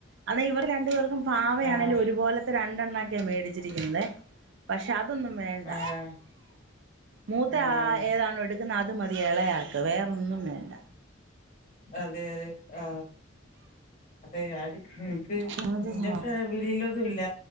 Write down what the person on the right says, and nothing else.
അതെ ഇവർ രണ്ടു പർക്കു പാവയാണെലും
ഒരുപോലത്തെ <unintelligible> മേടിച്ചിരിക്കുന്നത് പക്ഷെ അതൊന്നും വേണ്ട
മൂത്ത
ആള് ഏതാണോ എടുക്കുന്ന അത് മതി എളയാ വേറൊന്നും വേണ്ട
അങ്ങനത്തെ
സ്വഭാവ